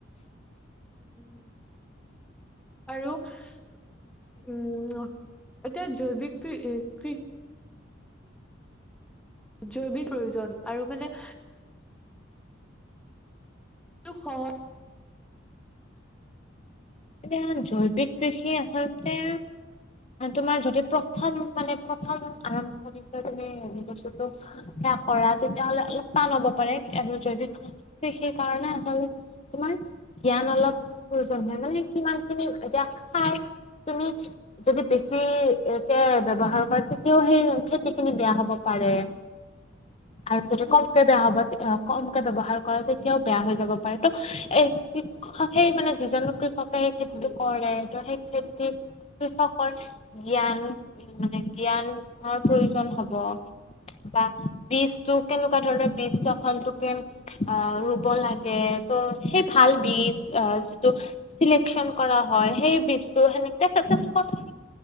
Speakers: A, in the centre; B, on the left.
A: উম। আৰু উম এতিয়া জৈৱিক কি কৃ জৈৱিক প্ৰয়োজন আৰু মানে <unintelligible>
B: এতিয়া জৈৱিক কৃষি আচলতে তোমাৰ যদি প্ৰথমত মানে প্ৰথম আৰম্ভণি পৰাই মানে তুমি বস্তুটো যেতিয়া কৰা তেতিয়া হ'লে অলপ টান হ'ব পাৰে আৰু জৈৱিক অ কৃষি কাৰণে আচলতে তোমাৰ জ্ঞান অলপ প্ৰয়োজন হয় মানে কিমানখিনি এতিয়া খাই তুমি যদি বেছিকে ব্যৱহাৰ কৰে তেতিয়াও সেই খেতিখিনি বেয়া হব পাৰে।
A: <unintelligible>
B: আৰু যদি কমকে বেয়া হ'ব তেতিয়া কমকে ব্যৱহাৰ কৰে তেতিয়াও বেয়া হৈ যাব পাৰে ত' এ কৃষক সেই মানে যিজন লোকে হক সেই খেতিটো কৰে ত সেই খেতিত কৃষকৰ জ্ঞান উ মানে জ্ঞানৰ প্ৰয়োজন হ'ব। বা বীজটো কেনেকোৱা ধৰণৰ বীজটো এখন হোটেল আহ ৰুব লাগে ত সেই ভাল বীজ আহ যিটো চিলেকচন কৰা হয় সেই বীজটো সেনেকে প্ৰথমত